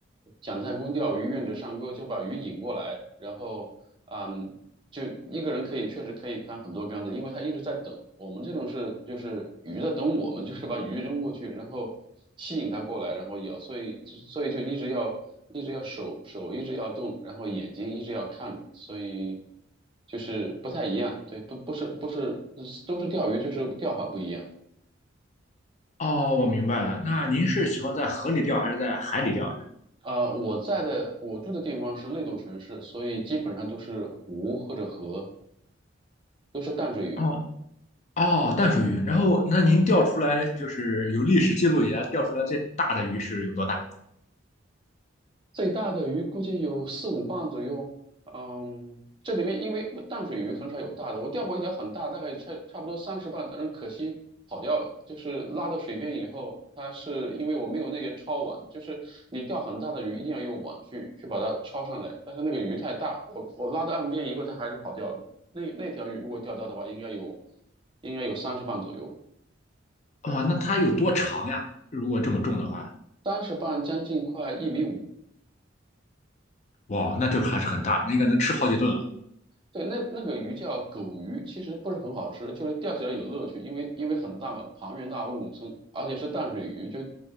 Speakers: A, on the right; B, on the left.
A: 蒋太公钓鱼，愿者上钩，就把鱼引过来，然后嗯，就一个人可以确实可以看很多竿子，因为他一直在等。我们这种是就是鱼在等我们，<laughs> 就是把鱼扔过去，然后吸引它过来，然后咬，所以就所以就一直要一直要手手一直要动，然后眼睛一直要看着，所以就是不太一样，对，不不是不是都是钓鱼，就是钓法不一样。
B: 哦，我明白了，那您是喜欢在河里钓还是在海里钓呀？
A: 呃，我在的我住的地方是内陆城市，所以基本上都是湖或者河，都是淡水鱼。
B: 哦，哦，淡水鱼。然后，那您钓出来就是有历史记录以来钓出来最大的鱼是有多大？
A: 最大的鱼估计有四五磅左右。嗯，这里面因为淡水鱼很少有大的，我钓过一条很大，大概差差不多三十磅，但是可惜跑掉了。就是拉到水边以后，它是因为我没有那个抄网，就是你钓很大的鱼一定要有网去去把它抄上来，但是那个鱼太大，我我拉到岸边以后，它还是跑掉了。那那条鱼如果钓到的话，应该有应该有三十磅左右，
B: 哇，那它有多长呀？如果这么重的话，
A: 三十磅将近快一米五。
B: 哇，那就还是很大，那个能吃好几顿啊。
A: 对，那那个鱼叫狗鱼，其实不是很好吃，就是钓起来有乐趣，因为因为很大嘛，庞然大物，从而且是淡水鱼，就